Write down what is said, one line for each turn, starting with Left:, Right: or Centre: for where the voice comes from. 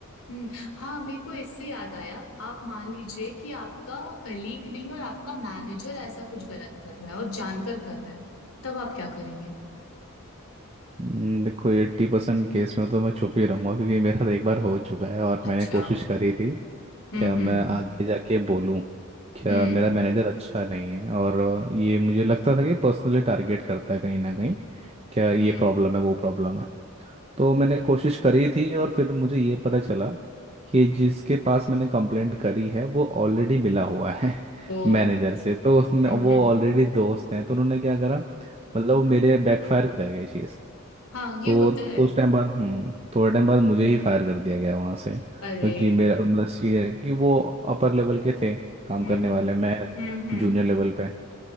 Left: हम्म हाँ मेरे को इससे याद आया आप मान लीजिए कि आपका कलीग नहीं और आपका मैनेजर ऐसा कुछ गलत कर रहा है और जानकर कर रहा है तब आप क्या करेंगे
Right: हम्म, देखो एट्टी परसेंट केस में तो मैं छुप ही रहूंगा क्योंकि मेरे साथ एक बार हो चुका है और मैंने
Left: अच्छा
Right: कोशिश करी थी
Left: हम्म
Right: क्या मैं
Left: हम्म
Right: आगे जाके बोलूं क्या
Left: हम्म
Right: मेरा मैनेजर अच्छा नहीं है और ये मुझे लगता था कि पर्सनली टारगेट करता है कहीं ना कहीं क्या ये
Left: हम्म,
Right: प्रॉब्लम है वो प्रॉब्लम है तो मैंने कोशिश करी थी और फिर मुझे ये पता चला कि जिसके पास मैंने कंप्लेंट करी है वो ऑलरेडी मिला हुआ है <laughs>
Left: ओ
Right: मैनेजर से तो उसने
Left: हम्म
Right: वो
Left: हम्म
Right: ऑलरेडी दोस्त हैं तो उन्होंने क्या करा मतलब वो मेरे बैकफायर कर गई चीज़
Left: हाँ ये
Right: तो
Left: होता है
Right: कुछ टाइम बाद हम्म थोड़े टाइम बाद मुझे ही फायर कर दिया गया वहाँ से क्योंकि
Left: अरे
Right: मेरा मतलब सीनियर क्योंकि वो अपर लेवल के थे काम
Left: हम्म
Right: करने वाले मैं
Left: हम्म हम्म
Right: जूनियर लेवल पे